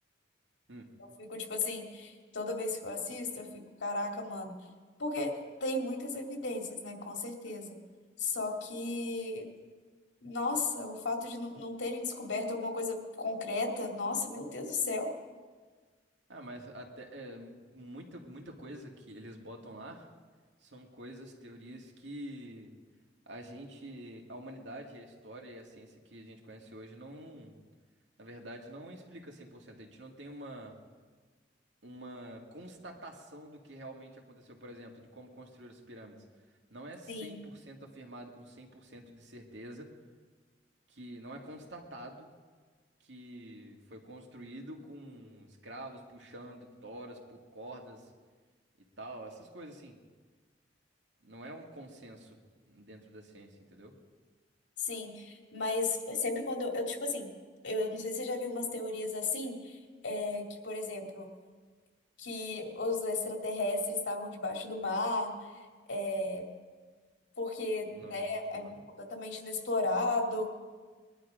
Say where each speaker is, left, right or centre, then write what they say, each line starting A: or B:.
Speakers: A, on the right; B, on the left.
A: hum.
B: eu fico tipo assim, toda vez que eu assisto, eu fico, caraca, mano. Porque tem muitas evidências, né? Com certeza. Só que, nossa, o fato de não não terem descoberto alguma coisa concreta, nossa, meu Deus do céu.
A: Ah, mas até é, mu- muita muita coisa que eles botam lá são coisas, teorias que a gente, a humanidade, a história e a ciência que a gente conhece hoje não Na verdade, não explica 100%. A gente não tem uma, uma constatação do que realmente aconteceu, por exemplo, de como construir as pirâmides. Não é 100%
B: Sim,
A: afirmado com 100% de certeza que não é constatado que foi construído com escravos puxando toras por cordas e tal, essas coisas assim. Não é um consenso dentro da ciência, entendeu?
B: sim. Mas sempre quando eu, eu, tipo assim, eu, eu não sei se você já viu umas teorias assim, é, que, por exemplo, que os extraterrestres estavam debaixo do mar, é, porque,
A: Não,
B: né,
A: debaixo
B: é
A: do mar, não.
B: completamente inexplorado.